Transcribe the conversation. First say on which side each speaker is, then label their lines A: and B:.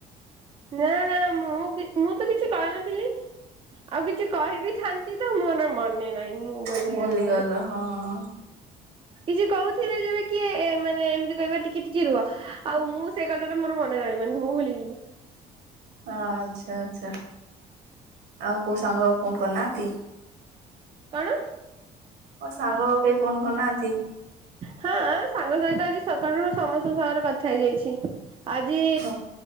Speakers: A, on the right (about 30°); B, on the right (about 75°).
A: ନା ନା ମୁଁ ମୁଁ ତ କିଛି କହିନଥିଲି। ଆଉ କିଛି କହିବି ଥାନ୍ତି ତ ମୋର ମନେ ନାହିଁ। ମୁଁ ବୋଲି
B: ଭୁଲିଗଲ
A: ଗଲିଣି।
B: ହଁ।
A: କିଛି କହୁଥିଲେ ଯେବେ କିଏ ଏ ମାନେ ଏମିତି କହିବା ଟିକେ ଟିକେ ରୁହ ଆଉ ମୁଁ ସେଇ କଥାଟା ମୋର ମନେ ରହିବନି ମୁଁ ଭୁଲିଯିବି।
B: ହଁ ଆଚ୍ଛା ଆଚ୍ଛା ଆଉ କୋଉ ସାଙ୍ଗ ଫୋନ କରିନାହାନ୍ତି?
A: କଣ?
B: ତମ ସାଙ୍ଗ ଆଉ କେହି ଫୋନ କରୁନାହାନ୍ତି?
A: ହଁ ସାଙ୍ଗ ସହିତ ଆଜି ସକାଳୁ ସମସ୍ତଙ୍କ ସାଙ୍ଗରେ କଥା ହେଇଯାଇଛି। ଆଜି
B: ଓ